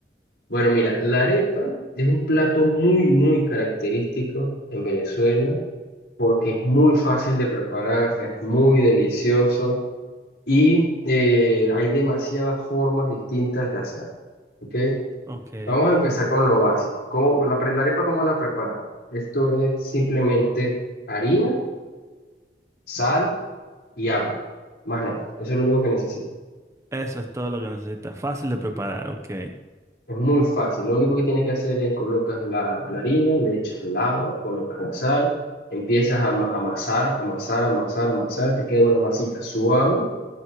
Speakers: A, on the left; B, on the right.
A: Bueno, mira, la arepa es un plato muy, muy característico en Venezuela porque es muy fácil de preparar, es muy delicioso y eh, hay demasiadas formas distintas de hacer. ¿Ok?
B: Ok.
A: Vamos a empezar con lo básico. ¿Cómo, la, pre- la arepa, ¿cómo la preparamos? Esto es simplemente harina, sal y agua. Más nada, eso es lo único que necesitas.
B: Eso es todo lo que necesitas. Fácil de preparar, ok.
A: Es muy fácil, lo único que tienes que hacer es colocas la, la harina, le echas el agua, colocas la sal, empiezas a ama- amasar, amasar, amasar, amasar, te queda una masita suave